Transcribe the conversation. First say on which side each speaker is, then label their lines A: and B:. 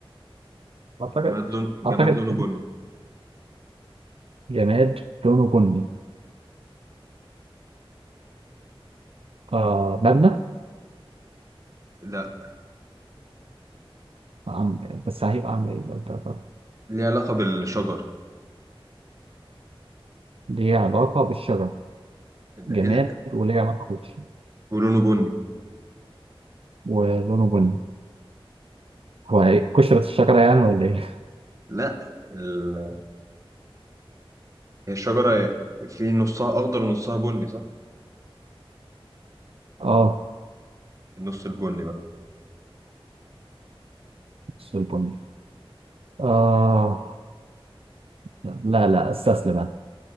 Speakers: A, on the right (about 75°); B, on the right (about 35°).
A: اعتقد
B: جماد لون
A: اعتقد
B: جماد لونه بني
A: جماد لونه بني آه مبنى
B: لا
A: عم... بس هيبقى عم ايه بقى ده؟
B: ليه علاقة بالشجر
A: ليه علاقه بالشجر
B: لا،
A: جماد
B: إيه الح-
A: وليه علاقه بالشجر
B: ولونه بني
A: ولونه بني هو هي- قشرة الشجرة يعني ولا ايه؟
B: لا ال... هي الشجرة في نصها أخضر ونصها بني صح
A: اه
B: النص البني بقى
A: بص البني اه لا لا استسلم انا